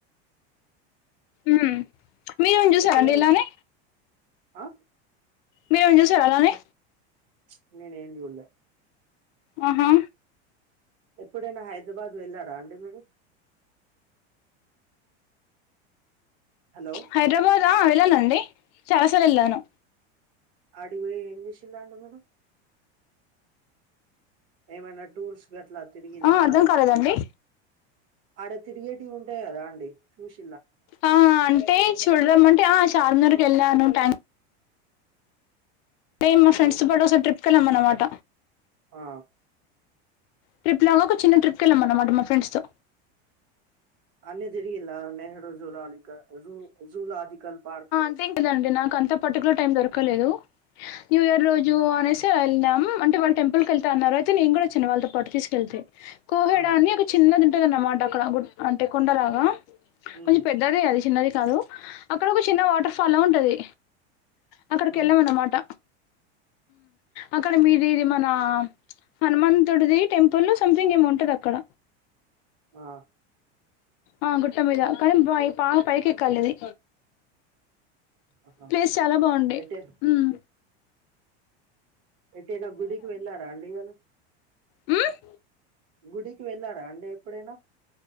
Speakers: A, on the left (about 60°); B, on the right (about 45°).
A: ఉమ్ మీర్ గాన్ చూసారండి
B: ఎప్పుడైనా
A: ఇలానే
B: ఆ
A: మీర్ ఎమ్ జూసారా అలానే
B: చ్ నేన్ ఎమ్ జూడ్ లే
A: ఆహా
B: ఎప్పుడైనా హైద్రాబాద్ వెళ్ళరా అండి మీరు హలో
A: హైడ్రాబాద్ ఆ ఏళ్ళలండి చాలా సార్లు ఏళ్ళాను
B: అడిబోయ్ ఎం జెశిందాండ మనం ఏమైనా టూర్స్ గట్లా తిరిగిల్ల
A: ఆ
B: ఆడా
A: అర్థం కాలేదండి
B: ఆడ తిరిగేటివి ఉంటాయ్ కదా అండి చూష్
A: ఆ అ అంటే చూడ్రామంటే ఆ చార్మీ నార్క్ ఎళ్ళాను ట్యాంక్ యే మా
B: హలో
A: ఫ్రెండ్స్ పాటు ఓ సార్ ట్రిప్క్ కేళ్ళా మనమాట
B: ఆ
A: ట్రిప్ లాగా ఒక చిన్న ట్రిప్ కేళ్ళ మన్మాట మా ఫ్రెండ్స్ తో
B: అన్ని దిరిగిల్లా నెహ్రూ జూలాలీక జూ జూలాజికల్ పార్క్
A: అంతెంకీ లేదండి నాకు అంత పర్టికులర్ టైం దొరకలేదు న్యూయర్ రోజు అనేసి ఎల్నమ్ అంటే వాళ్ టెంపుల్ కేళ్త అన్నారు అయితే నేన్ గూడా ఓచ్చిన వాళ్ళతో పాటు తీస్ కెళ్తే కోహెడా
B: ఆహా
A: అని ఒక చిన్నదుంటదనమాట అక్కడ గుట్ అంటే కొండలాగా
B: ఉమ్,
A: కొంచెం పెద్దదే అది చిన్నది కాదు, అక్కడ ఒక చిన్న వాటర్ ఫాల్లా ఉంటది. అక్కడికి
B: ఉమ్,
A: ఎళ్ళామన్నమాట. అక్కడ మీది ఇది మన హనుమంతుడిది టెంపులు సంథింగ్ ఏమో ఉంటది అక్కడ.
B: ఆ
A: ఆ గుట్ట మీదా కానీ బై పా పైకి ఎక్కాలిది.
B: ఆహా.
A: ప్లేస్ చాలా బాగుండే
B: ఎటే
A: ఉమ్.
B: ఎటైనా గుడికి వెళ్ళారా అండి ఇవాళ?
A: ఉమ్
B: గుడికి వెళ్ళాడా అండి ఎప్పుడైనా?